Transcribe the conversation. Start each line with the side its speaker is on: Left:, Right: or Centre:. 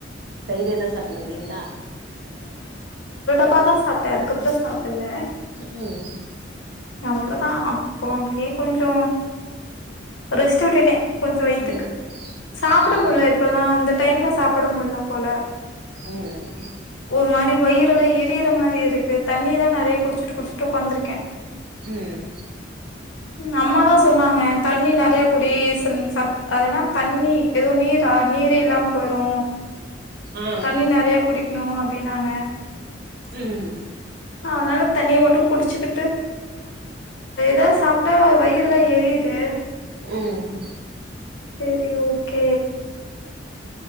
Right: தயிறேதா சாப்பினுங்றிங்ளா
Left: உப்மா தா சாப்ட்டே அதுக்கப்பறோ சாப்பில்ல
Right: ம்
Left: அவ்வளதா அப்போ அப்டியே கொஞ்சோ ரெஸ்ட் விட்டுட்டே கொஞ்ச வயித்துக்கு
Right: ம்
Left: சாப்பட
Right: ஆ
Left: முடில இப்பல்லா வந்து டைம்ல சாப்பட முடில போல
Right: ம் ம்
Left: ஒரு மாரி வயிறு ல்லா எரியிற மாரி இருக் கு தண்ணிதா நெறையா குடிச்சுட்டு குடிச்சுட்டு உக்காந்துருக்கே
Right: ம்
Left: ம் அம்மாதா சொன்னாங்க தண்ணி நெறைய குடி சத் அதன தண்ணி ஏதோ நீரா நீரே இல்லாம போய்ரு
Right: ஆ
Left: தண்ணி நறைய குடிக்கணு அப்டின்னாங்க
Right: ம்
Left: அதனால தண்ணிய மட்டு குடிச்சுக்கிட்டு தா சாப்ட்டா வயிறுல்லா எரியுது
Right: ம்
Left: சேரி ஓகே